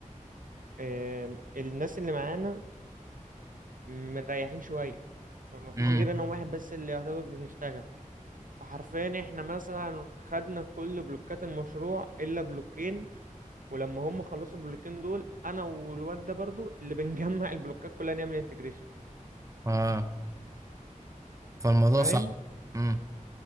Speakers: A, on the right (about 80°); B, on the right (about 25°).
A: آه، الناس اللي معانا مريحين شوية فما فيش
B: امم
A: غير انا واحد بس اللي يعتبر بنشتغل فحرفيا احنا مثلا خدنا كل بلوكات المشروع الا بلوكين ولما هم خلصوا البلوكين دول انا والواد ده برضو اللي بنجمع <laughs> البلوكات كلها نعمل انتجريشن
B: اه فالموضوع
A: فاهم
B: صعب امم